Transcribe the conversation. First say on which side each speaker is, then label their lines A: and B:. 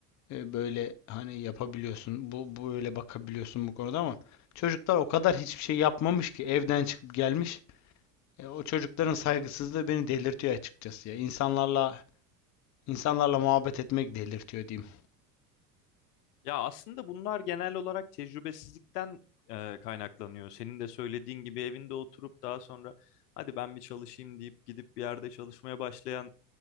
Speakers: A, on the left (about 35°); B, on the left (about 75°).
A: e, böyle hani yapabiliyorsun. Bu, bu böyle bakabiliyorsun bu konuda ama çocuklar o kadar hiçbir şey yapmamış ki evden çıkıp gelmiş. E, o çocukların saygısızlığı beni delirtiyor açıkçası ya. İnsanlarla insanlarla muhabbet etmek delirtiyor diyeyim.
B: Ya aslında bunlar genel olarak tecrübesizlikten e, kaynaklanıyor. Senin de söylediğin gibi evinde oturup daha sonra hadi ben bir çalışayım deyip gidip bir yerde çalışmaya başlayan